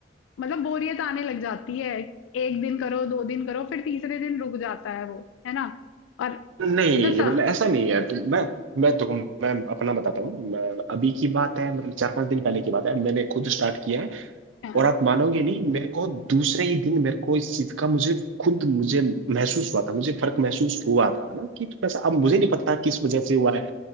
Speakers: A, on the left; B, on the right.
A: मतलब बोरियत आने लग जाती है एक दिन करो दो दिन करो फिर तीसरे दिन रुक जाता है वो है ना और
B: नहीं
A: मतलब सा,
B: ये मतलब ऐसा नहीं है तो मैं मैं तो मैं अपना बताता हूँ मैं अभी की बात है मतलब चार पांच दिन पहले की बात है मैंने खुद स्टार्ट किया है
A: हाँ,
B: और आप मानोगे नहीं मेरे को दूसरे ही दिन मेरे को इस चीज का मुझे खुद मुझे महसूस हुआ था मुझे फर्क महसूस हुआ था ना कि थोड़ा सा अब मुझे नहीं पता किस वजह से हुआ है